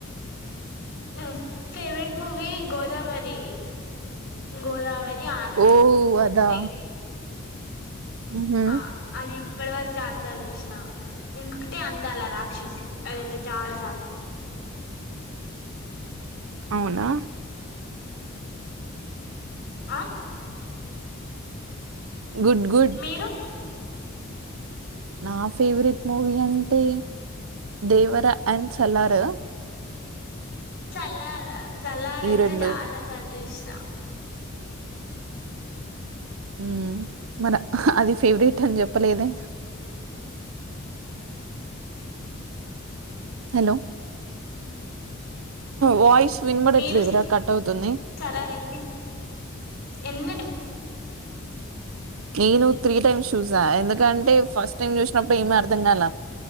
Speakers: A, on the left (about 50°); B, on the right (about 75°).
A: మ్ ఫేవరెట్ మూవి గోదావరి గోదావరి ది ఆనందం
B: ఓ అదా
A: మై
B: ఉహు
A: ఆ అది ఇప్పటి వరకు చాలా సార్ల చూసిన. ఇంటికే అందాలా రాక్షసి అదైతే చాలా సార్ల.
B: అవునా
A: ఆ
B: గుడ్ గుడ్.
A: మీరు
B: నా ఫేవరెట్ మూవీ అంటే. దేవరా అండ్ సల్లారు.
A: సల్లారు సల్లారైతే
B: రెండు
A: చాలాసార్లు చూసినా.
B: హ్మ్ మరి అది ఫేవరెట్ అని చెప్పలేదే. Hello voice. విన పడట్లేదురా
A: మీరు
B: కట్ అవుతుంది.
A: చల్లార ఎన్ని <unintelligible>
B: నేను త్రీ టైమ్స్ చూసా ఎందుకంటే ఫస్ట్ టైమ్ చూసినప్పుడు ఏమి అర్ధం కాలే.